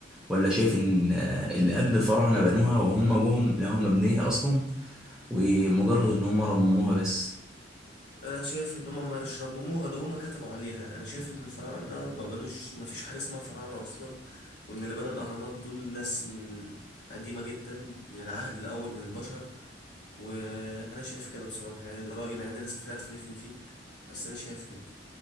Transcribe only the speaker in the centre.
ولا شايف ان آه، اللي قبل الفراعنه بنوها وهم جم لقوها مبنيه اصلا ومجرد ان هم رمموها بس